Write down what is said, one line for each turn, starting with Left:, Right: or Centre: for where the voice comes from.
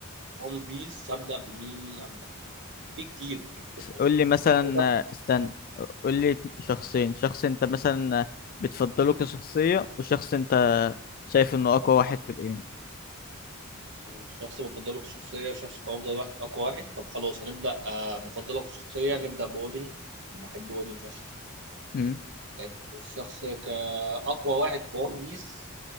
Right: ون بيس هبدا بمين هبدا بمين؟ في كتير في كتير فشخ
Left: قول لي مثلا
Right: أعوضة
Left: آه، استنى قول لي شخصين شخص انت مثلا آه، بتفضله كشخصية وشخص انت شايف انه اقوى واحد في الانمي
Right: شخص بفضله كشخصية وشخص كأفضل واحد أقوى واحد طب خلاص هنبدأ آه، بفضله كشخصية نبدأ بأودين بحب أودين فشخ
Left: مم.
Right: آه، الشخص كأقوى واحد في ون بيس